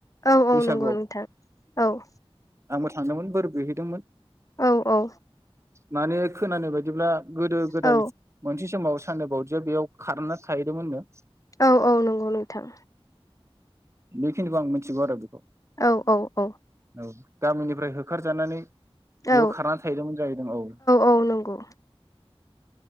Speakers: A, on the left (about 35°); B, on the right (about 25°).
A: औ औ
B: बैसागुआव
A: नंगौ नोंथां थां औ
B: आंबो थांदोंमोन बोर बिहैदोंमोन
A: औ औ
B: माने खोनानाय बायदिब्ला गोदो गोदाय
A: औ
B: मोनसे समाव सान्दोबावदि बेयाव खारना थाहैदों होननो
A: औ औ नंगौ नोंथां
B: बेखिनिखौ आं मिथिगौ आरो बेखौ
A: औ औ औ
B: औ गामिनिफ्राय होखारजानानै
A: औ
B: बेयाव खारनानै थाहैदोंमोन जाहैदों औ
A: औ नंगौ